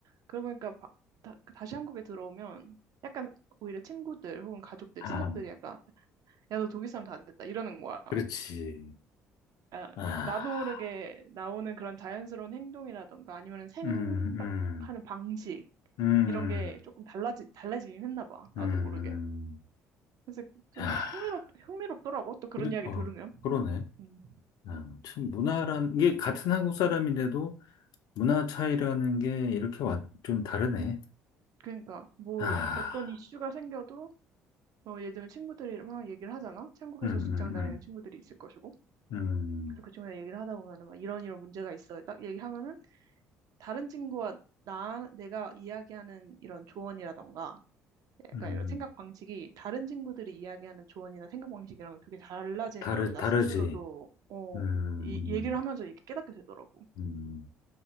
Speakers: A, on the right (about 50°); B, on the left (about 50°).
A: 그러고 보니까 바- 다, 다시 한국에 들어오면, 약간 오히려 친구들 혹은 가족들,
B: 아,
A: 친척들이 약간, 야, 너 독일 사람 다 됐다. 이러는 거야.
B: 그렇지.
A: 아,
B: 아,
A: 나도 모르게 나오는 그런 자연스러운 행동이라던가 아니면 생각하는
B: 음,
A: 방식
B: 음, 음,
A: 이런 게 조금 달라지, 달라지긴 했나 봐. 나도
B: 음.
A: 모르게. 그래서 좀
B: 야,
A: 흥미롭, 흥미롭더라고. 또 그런
B: 그래,
A: 이야기
B: 어,
A: 들으면.
B: 그러네.
A: 음.
B: 아, 참 문화라는 게 같은 한국 사람인데도 문화 차이라는 게 이렇게 완, 좀 다르네.
A: 그러니까 뭐
B: 아,
A: 어떤 이슈가 생겨도 어, 예전에 친구들이 막 얘기를 하잖아. 한국에서
B: 음,
A: 직장
B: 음,
A: 다니는 친구들이 있을 것이고.
B: 음,
A: 그래서 그중에 얘기를 하다 보면은 막 이런 이런 문제가 있어요. 딱 얘기하면은 다른 친구와 나 내가 이야기하는 이런 조언이라던가 약간
B: 음, 음,
A: 이런 생각 방식이 다른 친구들이 이야기하는 조언이나 생각 방식이랑 되게 달라지는
B: 다르,
A: 걸 나
B: 다르지.
A: 스스로도 어,
B: 음,
A: 이 얘기를
B: 음,
A: 하면서 이렇게 깨닫게 되더라고.
B: 음,